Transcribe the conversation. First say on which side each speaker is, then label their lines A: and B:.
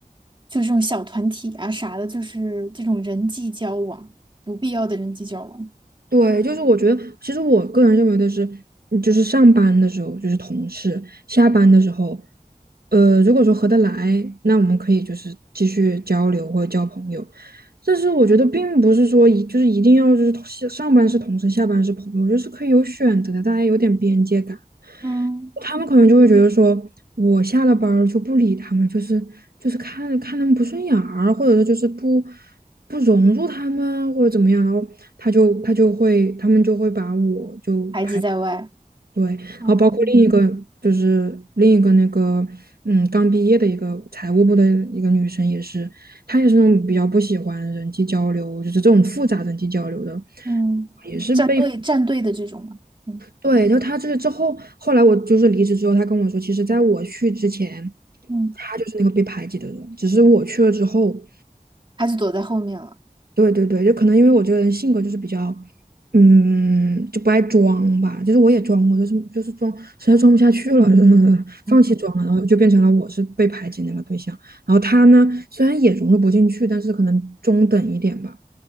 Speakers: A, on the right; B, on the right.
A: 就是这种小团体啊啥的，就是这种人际交往，不必要的人际交往，
B: 对，就是我觉得，其实我个人认为的是，嗯就是上班的时候就是同事，下班的时候，呃，如果说合得来，那我们可以就是继续交流或者交朋友。但是我觉得并不是说一就是一定要就是同事上班是同事，下班是朋友，就是可以有选择的，大家有点边界感。
A: 嗯，
B: 他们可能就会觉得说，我下了班儿就不理他们，就是就是看看他们不顺眼儿或者说就是不不融入他们，或者怎么样，然后他就他就会他们就会把我就排
A: 排挤在外，
B: 对，然后包括另一个就是另一个那个嗯刚毕业的一个财务部的一个女生也是，
A: 嗯。
B: 她也是那种比较不喜欢人际交流，就是这种复杂人际交流的，
A: 嗯，
B: 也是被
A: 站队站队的这种嘛，嗯
B: 对，就她这个之后，后来我就是离职之后，她跟我说，其实在我去之前，
A: 嗯，
B: 她就是那个被排挤的人，只是我去了之后，
A: 还是躲在后面了。
B: 对对对，就可能因为我这个人性格就是比较，嗯，就不爱装吧。就是我也装过，就是就是装，实在装不下去了，就是 <laughs>
A: 嗯
B: 放弃装了，然后就变成了我是被排挤那个对象。然后他呢，虽然也融入不进去，但是可能中等一点吧。